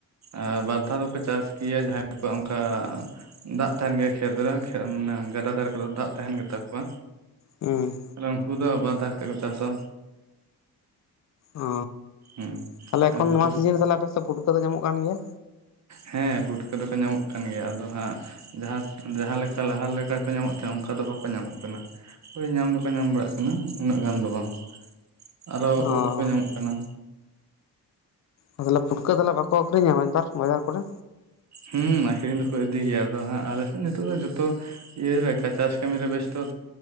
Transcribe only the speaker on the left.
ᱩᱸ
ᱚ
ᱛᱟᱦᱞᱮ ᱮᱠᱷᱚᱱ
ᱱᱚᱣᱟ ᱥᱤᱡᱤᱱ ᱨᱮ ᱛᱟᱞᱮ ᱟᱯᱮ ᱥᱮᱜ ᱯᱩᱴᱠᱟᱹ ᱫᱚ ᱧᱟᱢᱚᱜ ᱠᱟᱱ ᱜᱮᱭᱟ?
ᱚ
ᱚ ᱛᱟᱦᱞᱮ ᱯᱷᱩᱴᱠᱟᱹ ᱛᱟᱞᱮ ᱵᱟᱠᱚ ᱟᱹᱷᱨᱤᱧᱟ ᱦᱚᱧ ᱛᱟᱨ ᱵᱟᱡᱟᱨ ᱠᱚᱨᱮ?